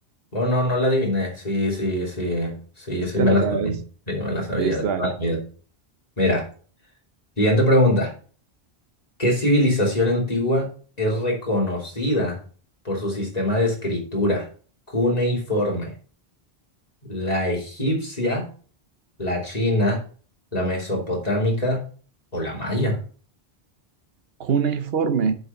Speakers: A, on the left; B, on the right.
A: bueno, no, no la adiviné. Sí, sí, sí, sí, sí
B: Te
A: me
B: la
A: la
B: sabes.
A: sabía. Sí, me la sabía
B: Listo,
A: de toda
B: dale.
A: la vida. Mira, siguiente pregunta. ¿Qué civilización antigua es reconocida por su sistema de escritura cuneiforme? ¿La egipcia, la china, la mesopotámica o la maya?
B: Cuneiforme.